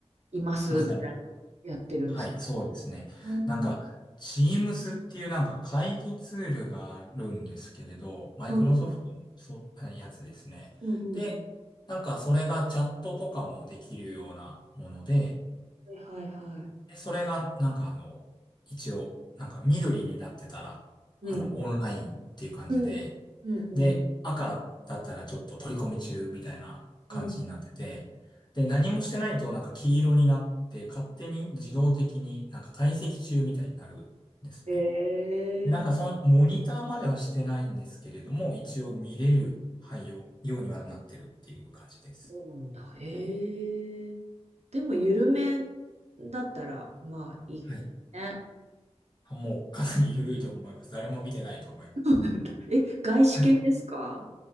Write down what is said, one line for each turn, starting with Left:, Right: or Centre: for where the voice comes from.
Right: います、
Left: まさに。
Right: みたいな、やってるんです。
Left: はい、そうですね。
Right: あー
Left: なんか、Teams っていうなんか会議ツールがあるんですけれど、マイクロソフトのそう、
Right: うん、うん、
Left: やつですね。
Right: うん
Left: で、なんかそれがチャットとかもできるようなもので、
Right: うん、はいはいは
Left: でそれが、なんかあの、一応、なんか緑になってたら、
Right: い。
Left: あの、オンラインっていう感じで、
Right: うん、うん、うん、
Left: で、赤だったらちょっと取り込み中みたいな感じになってて、
Right: うん
Left: で、何もしてないとなんか黄色になって、勝手に自動的になんか退席中みたいになるんですね。
Right: ええ
Left: で、なんかその、モニターまではしてないんですけれども、一応見れる配用、ようにはなってるっていう感じです。
Right: そうなんだ。ええ。でも、緩めだったら、まあ、いいね。
Left: はい。もうかなり緩いと思います。誰も見てないと思います。
Right: <laughs> え、外資系ですか
Left: はい